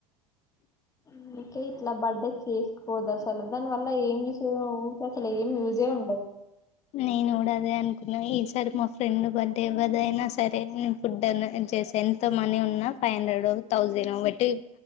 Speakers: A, on the left (about 40°); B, on the left (about 20°).
A: <inaudible>
B: అందుకే ఇట్లా బర్డే చేసుకొవదు అసలు దాని వల్ల ఏం యూస్ అసలు ఏం యూజే ఉండదు
A: నేను కూడా అదే అనుకున్నా ఈసారి మా ఫ్రెండ్ బర్త్డే ఎవరదైనా సరే ఫుడ్ అనో చేసే ఎంత మనీ ఉన్నా ఫైవ్ హండ్రెడ్ థౌసండ్ ఓ బట్టి